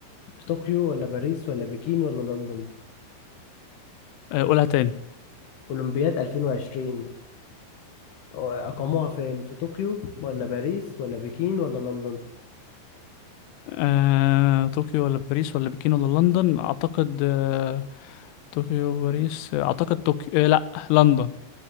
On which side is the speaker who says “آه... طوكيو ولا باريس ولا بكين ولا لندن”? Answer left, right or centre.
Left